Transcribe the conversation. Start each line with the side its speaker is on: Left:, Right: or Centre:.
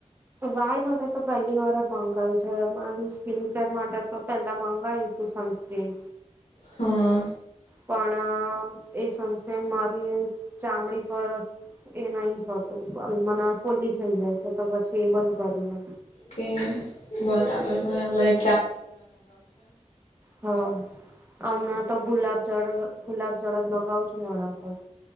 Right: વાળ માટે તો પહેલી વાર જ મગાયું છે. અમારી સ્કીન કેર માટે તો પેલા મગાયું તું સનસ્ક્રીન.
Left: હા.
Right: પણ અહ એ સનસ્ક્રીન મારી ચામડી પર એ નહી થતું. અહ મને આ ફુલ્લી થઈ જાય છે તો પછી એ બંધ કરી ને.
Left: કે બરાબર બરાબર એ
Right: હા હમણા તો ગુલાબ જળ અહ ગુલાબ જળજ લગાવ છું મોડા પર.